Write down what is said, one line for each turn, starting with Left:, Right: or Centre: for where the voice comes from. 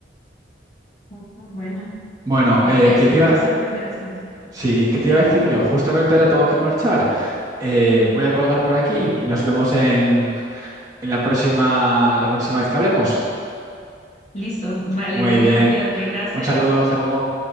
Left: Uh, bueno,
Right: Bueno,
Left: e-
Right: eh,
Left: es,
Right: ¿qué te
Left: es
Right: iba?
Left: bastante interesante.
Right: Sí, ¿qué
Left: ¿Sí?
Right: te iba a decir yo? Justamente ahora tengo que marchar. Eh, voy a colgar por aquí y nos vemos en, en la próxima, la próxima vez que hablemos.
Left: Listo, vale,
Right: Muy
Left: de una,
Right: bien.
Left: cuídate, gracias.
Right: Un saludo, hasta luego.